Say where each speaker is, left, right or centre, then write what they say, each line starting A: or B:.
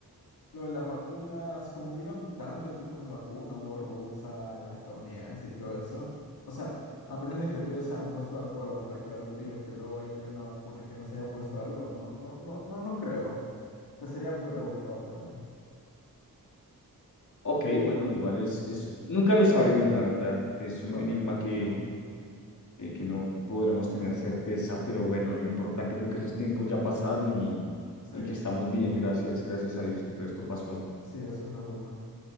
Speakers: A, on the left (about 85°); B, on the left (about 55°).
A: lo de las vacunas, como hubieron tantos tipos de vacuna, hubo rusa, la estadounidense y todo eso. O sea, a menos de que todos se hayan puesto de acuerdo para crear un virus que luego haya traído una vacuna que no se haya puesto algo, no, no, no, no, no creo. O sea, sería muy rebuscado para mí.
B: ok, bueno, igual es, es, nunca lo sabremos, la verdad, es un
A: Probablemente
B: enigma que,
A: no.
B: que, que no podremos tener certeza, pero bueno, lo importante fue que esos tiempos ya pasaron y,
A: Sí,
B: y que estamos bien, gracias, gracias a Dios que todo esto pasó.
A: sí, eso es lo bueno.